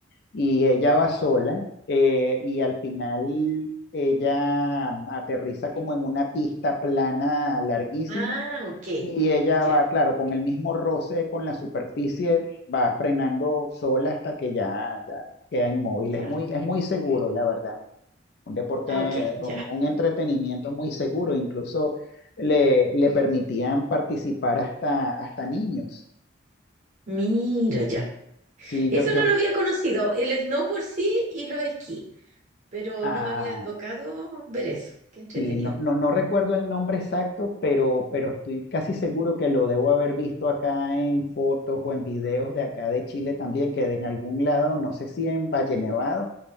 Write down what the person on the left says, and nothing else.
y ella va sola eh, y al final ella aterriza como en una pista plana larguísima
y ella
va, claro, con el mismo roce con la superficie, va frenando sola hasta que ya, ya queda inmóvil.
Es muy, es muy seguro, la verdad. Un deporte,
un,
un entretenimiento muy seguro. Incluso le, le permitían participar hasta, hasta niños.
Sí,
yo, yo,
ah,
Sí, no, no, no recuerdo el nombre exacto, pero, pero estoy casi seguro que lo debo haber visto acá en fotos o en videos de acá de Chile también, que de en algún lado, no sé si en Valle Nevado